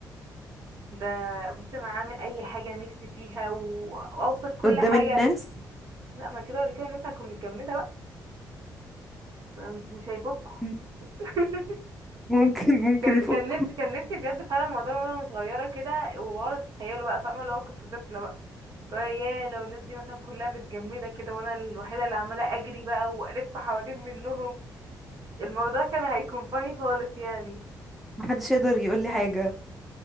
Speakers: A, on the right (about 55°); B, in the centre.
A: ده بصي انا هعمل اي حاجة نفسي فيها و- واوصل كل
B: قدام
A: حاجة
B: الناس
A: لا ما كده ولا كده الناس هتكون متجمدة بقى مش مش هيفكوا
B: <laughs>
A: <laughs>
B: ممكن ممكن
A: كان
B: يفكوا
A: كان نفسي كان نفسي بجد فعلا الموضوع ده وانا صغيره كده وبقعد اتخيله بقى فاهمه لو كنت طفله بقى لو يا لو الناس دي مثلا كلها متجمده كده وانا الوحيده اللي عماله اجري بقى والف حوالين منهم الموضوع كان هيكون فاني خالص يعني
B: محدش يقدر يقول لي حاجة